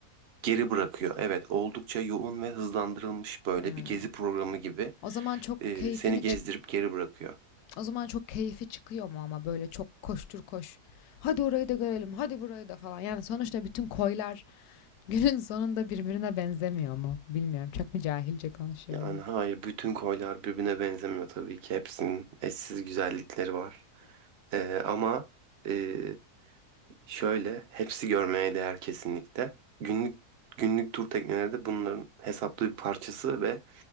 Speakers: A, on the right (about 60°); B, on the left (about 75°).
A: geri bırakıyor. Evet oldukça yoğun ve hızlandırılmış böyle
B: Hmm.
A: bir gezi programı gibi
B: O zaman çok
A: ee,
B: keyfini
A: seni gezdirip
B: çık
A: geri bırakıyor.
B: o zaman çok keyfi çıkıyor mu ama böyle çok koştur koş. Hadi orayı da görelim, hadi burayı da falan. Yani sonuçta bütün koylar <laughs> günün sonunda birbirine benzemiyor mu? Bilmiyorum. Çok mu cahilce konuşuyorum?
A: Yani hayır bütün koylar birbirine benzemiyor tabii ki hepsinin eşsiz güzellikleri var. Ee, ama e, Şöyle, hepsi görmeye değer kesinlikle. Günlük günlük tur tekneleri de bunların hesaplı bir parçası ve